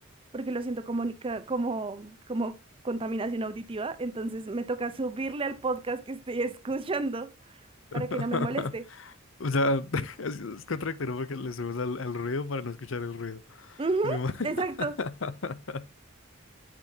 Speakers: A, on the right; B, on the left.
A: porque lo siento como, nica- como, como contaminación auditiva, entonces me toca subirle al podcast que estoy <laughs> escuchando
B: <laughs>
A: para que no me moleste.
B: O sea, <laughs> es, es contradictorio porque le subimos al, al ruido para no escuchar el ruido.
A: Ujú,
B: Es como... <laughs>
A: exacto.